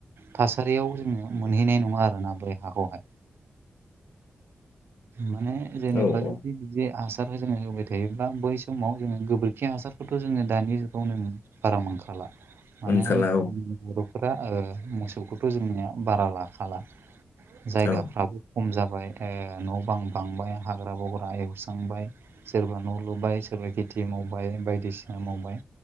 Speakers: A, on the right; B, on the left.
A: थासारियाव जोङो मोनहैनाय नङा आरोना बोरै हाखौहाय
B: <inaudible>
A: माने जेनेबा
B: औ औ
A: जुदि बिदि हासारखौ जोङो होबाय थायोब्ला बै समाव जोङो गोबोर खि हासारखौथ' जोङो दानि जुगावनो बारा मोनखाला मानो
B: मोनखाला
A: होनोब्ला
B: औ
A: जोंङ बर'फोरा ओ मोसौखौथ' जोंनिया बारा लाखाला जायगाफ्राबो
B: औ
A: खम जाबाय ओ न' बां बांबाय हाग्रा बग्रा एवस्रांबाय सोरबा न' लुबाय सोरबा खेथि मावबाय बायदिसिना मावबाय